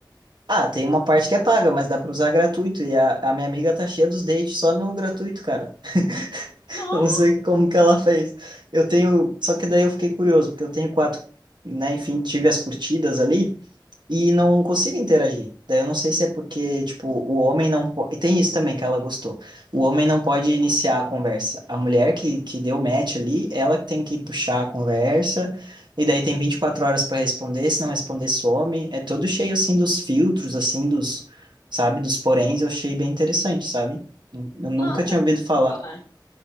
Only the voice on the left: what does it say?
No-
Nossa,
eu
vou falar.